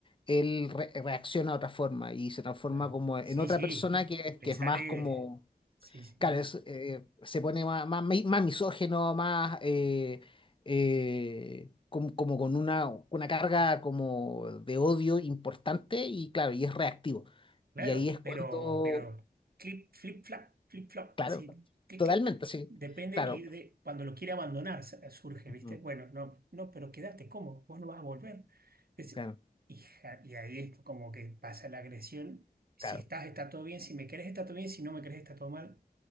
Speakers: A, on the left; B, on the right.
A: él re- reacciona de otra forma y se transforma
B: claro.
A: como en
B: Sí,
A: otra
B: sí,
A: persona que,
B: le
A: que
B: sale,
A: es más como,
B: sí, sí.
A: claro, es, eh, se pone más, más, mi- más misógino, más eh, eh, como, como con una, una carga como de odio importante y claro, y es reactivo.
B: Claro,
A: Y ahí es cuando,
B: pero, pero clip, flip, flap, flip, flop,
A: claro,
B: así, clic,
A: totalmente,
B: clic.
A: sí,
B: Depende
A: claro,
B: y de cuando lo quiere abandonar sa- surge,
A: ujú,
B: ¿viste? Bueno, no, no, pero quedaste, ¿cómo? Vos no vas a volver. Es-
A: claro,
B: hija, y ahí es como que pasa la agresión. Si
A: claro,
B: estás, está todo bien. Si me querés, está todo bien. Si no me querés, está todo mal